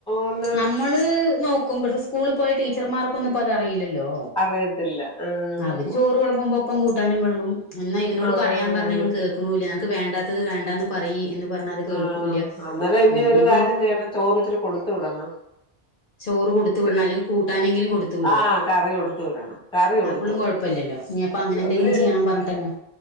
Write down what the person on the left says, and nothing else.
നമ്മള് നോക്കും പക്ഷെ സ്കൂളിൽ പോയ ടീച്ചർമാർക്കൊന്നും ഇപ്പോ അതറിയില്ലല്ലോ
അവര് ചോറ് വിളമ്പുമ്പോപ്പം കൂട്ടാനും വിളമ്പും എന്നാ ഇവനോട്
പറയാൻ
പറഞ്ഞ ഇവൻ
കേൾക്കണൂല്ല നിനക്ക് വേണ്ടാ ത് വേണ്ടന്ന് പറയി എന്ന് പറഞ്ഞാ അത് കേൾക്കൂല്ല
ഇനിയിപ്പോ
ചോറ് കൊടുത്ത
വിടണം അല്ലെങ്കിൽ കൂട്ടാനെങ്കിലും കൊടുത്ത വിടുക
അപ്പളും
കുഴപ്പമില്ലല്ലോ ഇനിയപ്പ അങ്ങനെ എന്തെങ്കിലും
ചെയ്യണം പറഞ്ഞിട്ടന്നെ